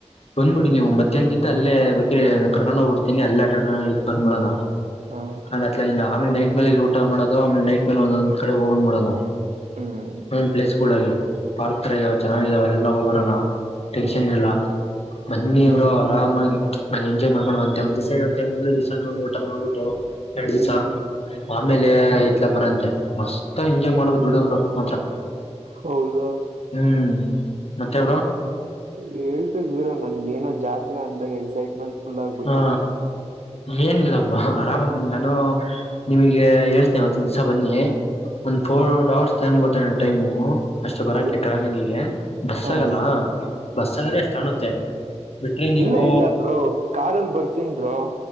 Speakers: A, on the left; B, on the right.
A: ಬಂದ್ಬಿಡಿ
B: ಹಾ
A: ನೀವು ಮದ್ಯಂದಿ ಅಲ್ಲೇ ಏ ನಾ ಕರ್ಕೊಂಡ ಹೋಗಬಿಡ್ತಿನಿ ಎಲ್ಲಾ ಬಂದ್ಬಡೋಣ
B: ಹಾ
A: ಹತ್ಲಿಂದ ಆಮೇಲೆ ನೈ ಮೇಲೆ ಇಲ್ ಊಟ ಮಾಡೋದು ಆಮೇಲೆ ನೈಟ್ ಮೇಲೆ ಒಂದೊಂದ್ ಕಡೆ ಹೋಗ್ ಬಂದ್ಬಿಡಣ
B: ಹ್ಮ್
A: ಮೇನ್ ಪ್ಲೇಸ್ ಗಳಿಗೆ ಪಾರ್ಕ್ ತರ ಇದಾವ ಚೆನ್ನಾಗಿದಾವ ಎಲ್ಲಾ ಹೋಗಬರಣ ಟೆಂಕ್ಷನ್
B: ಹ್ಮ್
A: ಇರಲ್ಲ ಬನ್ನಿ
B: ಹ್ಮ್
A: ಬ್ರೋ ಆರಾಮಾಗಿ ನ ಎಂಜಾಯ್ ಮಾಡಕೊನುವಂತೆ ಬಂದ ದಿವಿಸ ನ ಊಟಾ ಮಾಡಊಟ್ಟ ಎರಡು ದಿವಸ
B: ಹ್ಮ್
A: ಆಮೇಲೆ ಇತ್ಲ ಬರಂತೆ ಮಸ್ತ್ ಎಂಜಾಯ್ ಮಾಡೋ ದುಡ್ಡೊಬ್ರು ಮಾತ್ರ
B: ಹೌದಾ
A: ಹ್ಮ್ ಮತ್ತೆ ಬ್ರೋ
B: ಹೇಳ್ಬೇಕೇಕ್ ಬ್ರೋ ನನ್ ಏನೋ ಜಾತ್ರೆ ಅಂದಾಗ ಎಕ್ಸೈಟ್ಮೆಂಟ್ ಫುಲ್ ಆಗ್ಬಿಟ್ಟಿದೆ
A: ಹಾ ಏನಿಲ್ಲ ಅವರು ಆರಾಮದ ನಾನು ನಿಮಗೆ ಹೇಳ್ತೇನೆ ಒತ್ತಿನ ದಿವ್ಸ ಬನ್ನಿ ಒಂದು ಫೋರ್ ಅವರ್ಸ್ ತಂಗಂಬತ ಟೈಮು ಅಷ್ಟು ಬರೋಕೆ
B: ಹ
A: ಟ್ರಾವೆಲಿಂಗಿಗೆ ಬಸ್
B: ಹ
A: ಆಗಲ್ಲ ಬಸ್ಗ್ರೆಷ್ಟ ಕಾಣುತ್ತೆ ಬಿಟ್ರೆ ನೀವು
B: ಇಲ್ಲ ಇಲ್ಲ ಬ್ರೋ ಕಾರಲ್ಲಿ ಬರ್ತೀನ್ ಬ್ರೋ